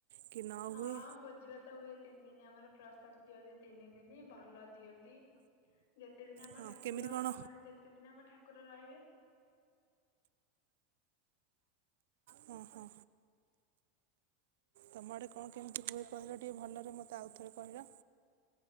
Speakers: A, on the right (about 75°); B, on the left (about 75°).
A: କି ନ
B: ହଁ
A: ହୁଏ
B: ବୋ ଜିବାତ ହୁଏ ତିନି ଦିନି ଆମର ପ୍ରସାଦ ଦିଅନ୍ତି। ତିନି ଦିନ ଭଲ ଦିଅ ନ୍ତି ଯେତେ ଦିନ ଆମ
A: ହଁ
B: ଠାକୁର
A: କେମିତି କଣ
B: ମାନେ ଯେତେ ଦିନ ଆମ ଠାକୁର ରହିବେ।
A: ହଁ ହଁ। ତମଡେ କଣ କେମିତି ହୁଏ। କହିଲ ଟିକେ ଭଲରେ ମତେ ଆଉଥରେ କହିଲ।